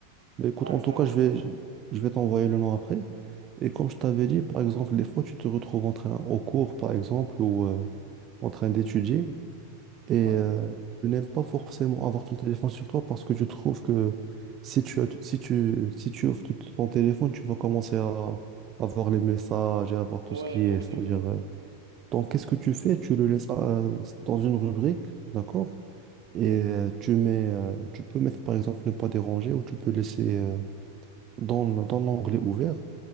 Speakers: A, on the right; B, on the right.
A: Mais écoute,
B: Ah,
A: en
B: je
A: tout
B: savais
A: cas, je
B: pas.
A: vais, je je vais t'envoyer le nom après. Et comme je t'avais
B: Ouais,
A: dit, par exemple, des fois, tu te retrouves en train, au cours, par exemple, ou euh, en train d'étudier, et
B: ouais,
A: euh, tu n'aimes pas forcément avoir ton téléphone sur toi parce que tu trouves que si tu, as- si tu, si tu ouvres tout- ton téléphone, tu vas commencer à avoir les messages et avoir tout
B: ouais,
A: ce qui
B: effectivement.
A: est, c'est-à-dire... euh, donc, qu'est-ce que tu fais? Tu le laisses euh, dans une rubrique, d'accord? Et
B: Ouais,
A: euh, tu mets, euh, tu peux mettre, par exemple, ne pas déranger ou tu peux laisser... euh, dans, le- dans l'onglet ouvert